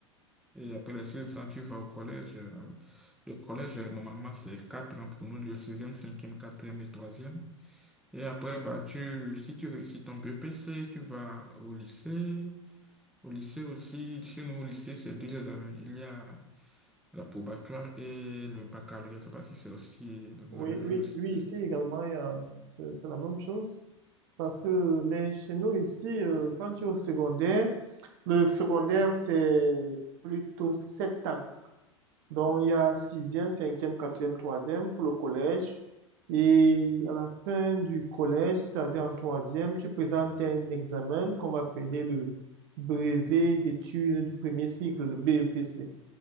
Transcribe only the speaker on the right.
oui,
oui, oui,
ici également, il y a- c'est c'est la même chose. Parce que, mais chez nous ici, euh, quand tu es au secondaire, le secondaire, c'est plutôt sept ans. Donc, il y a sixième, cinquième, quatrième, troisième pour le collège. Et à la fin du collège, c'est-à-dire en troisième, tu présentes un examen qu'on va appeler le brevet d'études du premier cycle, le BEPC.